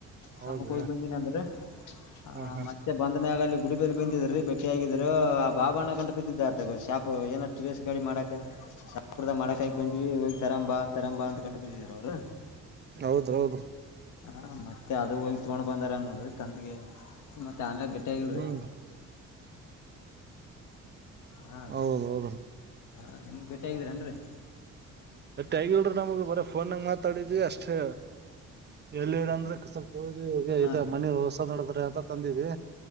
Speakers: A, on the left; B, on the right.
A: ಸಮ್ಮ
B: ಹೌದ್ರಿ
A: ಕ ಹೋಗಿ ಬಂದನಿ ಅಂದ್ರು
B: ಹಾ
A: ಹ
B: ಹಾ
A: ಮತ್ತೆ ಬಂದ ಮ್ಯಾಗಲಿ ಗುಡಿ ಬಲ್ಲಿ ಬಂದಿದ್ದರೀ ಬೆ ಆಗಿದ್ರು ಆ ಬಾಬ ಅಣ್ಣ ಗಂಟಿ ಬಿದ್ದದ ಏನ ಟಿ ವಿ ಯ ಎಸ್ ಗಾಡಿ ಮಾಡಕ್ ಶಾಪುರ್ದ ಮಾಡಕಾಗಿ ಬಂದ್ವಿ ಹೋಗಿ ತರಂಬಾ ತರಂಬಾ ಅಂತ ಕಂಡು ಬಿದ್ದಿದ್ರು ಅವ್ರು
B: ಹೌದ ಹೌದ್ರ
A: ಹ ಮತ್ತೆ ಅದು ಹೋಗಿ ತಗೊಂಡ್ ಬಂದಾರ ನೋಡ್ರಿ ತಂದಗೆ ಮ ಆಮೇಲೆ ಬೆಟ್ಟಿ ಆಗಿಲ್ರಿ
B: ಹ್ಮ್
A: ಹಾ
B: ಹೌದೌದ್ರೀ
A: ಹಾ ನಿಮಗ್ ಬೇಟೆ ಆಗಿದ್ದೀರನ್ರಿ
B: ಅತ್ತ ಆಗಿಲ್ರಿೀ ನಮಗೆ ಬರ ಫೋನ್ಾಗ ಮಾತಾಡಿದ್ವಿ ಅಷ್ಟೇ ಎಲ್ಲಿರ ಅಂದ್ರೆ ಹೋಗಿ ಹೋಗ
A: ಹಾ
B: ಇ ಮನಿ ಹೊಸ ನಡದ್ರೆ ಅಂತ ತಂದಿದ್ದಿ